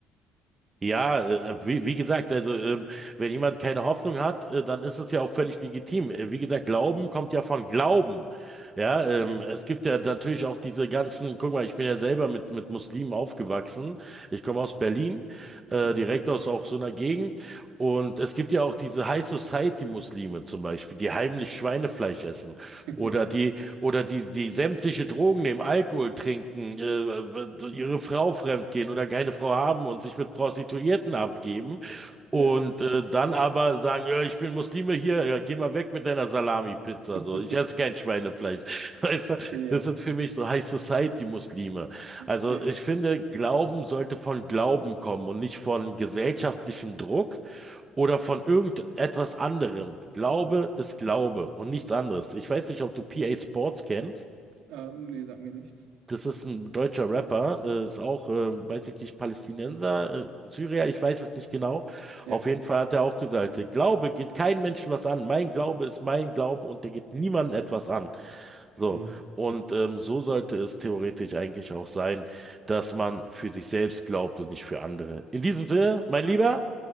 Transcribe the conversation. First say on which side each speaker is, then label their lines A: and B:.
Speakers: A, on the right; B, on the right.
A: Ja, äh, äh, wie, wie gesagt, also ähm, wenn jemand keine Hoffnung hat, äh, dann ist es ja auch völlig legitim. Äh, wie gesagt, Glauben kommt ja von Glauben. Ja, ähm,
B: Ja.
A: es gibt ja natürlich auch diese ganzen, guck mal, ich bin ja selber mit, mit Muslimen aufgewachsen. Ich komme aus Berlin,
B: Ja.
A: äh, direkt aus auch so einer Gegend. Und es gibt ja auch diese High Society Muslime zum Beispiel, die heimlich Schweinefleisch essen
B: <laughs>
A: oder
B: Ja.
A: die oder die, die sämtliche Drogen nehmen, Alkohol trinken, äh, ihre Frau fremdgehen oder keine Frau haben und sich mit Prostituierten abgeben.
B: Ja.
A: Und äh, dann aber sagen, ja, ich bin Muslime hier, ja, geh mal weg mit deiner Salami-Pizza.
B: <laughs>
A: So, ich esse kein Schweinefleisch. <laughs> Weißt du,
B: Ja.
A: das sind für mich so High Society-Muslime. Also
B: Ja.
A: ich finde, Glauben sollte von Glauben kommen und nicht von gesellschaftlichem Druck oder von irgendetwas anderem. Glaube ist Glaube und nichts anderes. Ich weiß nicht, ob du PA Sports kennst.
B: Ähm, nee, sag mir nichts.
A: Das ist ein deutscher Rapper, äh, ist auch, äh, weiß ich nicht, Palästinenser, äh, Syrier, ich weiß es nicht genau.
B: Ja.
A: Auf jeden Fall hat er auch gesagt, Glaube geht keinem Menschen was an. Mein Glaube ist mein Glaube und der geht niemandem etwas an. So,
B: Mhm.
A: und ähm, so sollte es theoretisch eigentlich auch sein, dass man für sich selbst glaubt und nicht für andere. In diesem Sinne, mein Lieber,